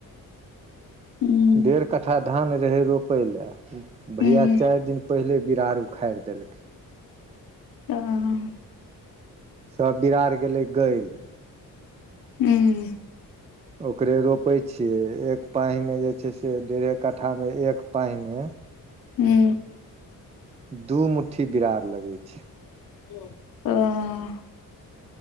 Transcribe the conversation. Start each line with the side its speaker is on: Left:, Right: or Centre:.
Left: हूं
Right: डेढ़ कट्ठा धान रहै रोपय लए।
Left: हूं
Right: भैया चार दिन पहिले बिरार उखाड़ देलकै
Left: तऽ।
Right: सब बिरार गेले गैल
Left: हूं।
Right: ओकरे रोपै छियै एक पाइन में जे छै से डेढ़े कट्ठा मे एक पाइन में।
Left: हू।
Right: दू मुठ्ठी बिरार लगे छै।
Left: ह